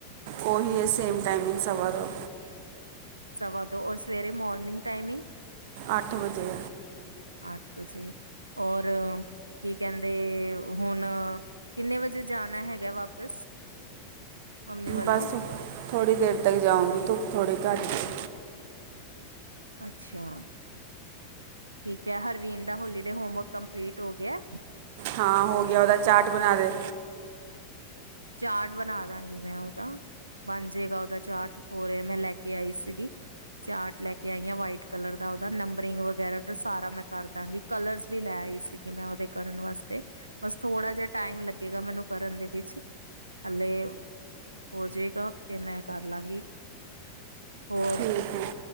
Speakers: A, on the right; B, on the right.
A: ਉਹੀ ਏ, ਸੇਮ ਟਾਈਮਿੰਗ ਸਵਾ ਦੋ।
B: ਸਵਾ ਦੋ, ਔਰ ਸਵੇਰੇ ਮੋਰਨਿੰਗ ਟਾਈਮਿੰਗ?
A: ਅੱਠ ਵਜੇ।
B: ਅੱਠ ਵਜੇ, ਔਰ ਕੀ ਕਹਿੰਦੇ, ਹੁਣ ਕਿੰਨੇ ਵਜੇ ਜਾਣਾ ਹੈਗਾ ਵਾਪਿਸ? <unintelligible> ਵੱਲੋਂ
A: ਬਸ, ਥੋੜ੍ਹੀ ਦੇਰ ਤੱਕ, ਜਾਊਂਗੀ ਧੁੱਪ ਥੋੜ੍ਹੀ ਘੱਟ ਜਾਏ।
B: ਅੱਛਾ, ਠੀਕ ਐ, ਹਰਵੀਨ ਦਾ ਹੋਲੀ ਡੇ ਹੋਮਵਰਕ ਕੰਪਲੀਟ ਹੋ ਗਿਆ?
A: ਹਾਂ, ਹੋ ਗਿਆ ਉਹਦਾ, ਚਾਰਟ ਬਣਾ ਰਹੇ।
B: ਚਾਰਟ ਬਣਾ, ਦਾਂਗੀ ਮੈਂ ਉਹਦਾ। ਬਣ ਜਾਏਗਾ ਉਹਦਾ ਚਾਰਟ, ਹੋਰ ਮੈਂ ਲੈ ਕੇ ਆਈ ਸੀਗੀ। ਚਾਰਟ ਲੈ ਕੇ ਆਈ ਆ, ਵਾਈਟ ਕਲਰ ਦਾ ਉਹਦਾ, ਨੰਬਰਿੰਗ ਵਗੈਰਾ ਦਾ, ਸਾਰਾ ਮੈਂ ਕਰ ਦਾਂਗੀ। ਕਲਰਸ, ਵੀ ਲੈ ਆਈ ਸੀਗੀ ਮੈਂ, ਉਹਦੇ ਕਰਨ ਵਾਸਤੇ। ਬਸ, ਥੋੜ੍ਹਾ ਜਿਹਾ ਟਾਈਮ ਲੱਗੇਗਾ, ਮੈਨੂੰ ਕਰਨ ਦੇ ਵਿੱਚ। ਹੱਲੇ, ਹੋ ਜੇਗਾ ਫੇਰ ਮੈਂ ਕਰ ਲਾਂਗੀ ਹੋਰ,
A: ਠੀਕ ਹੈ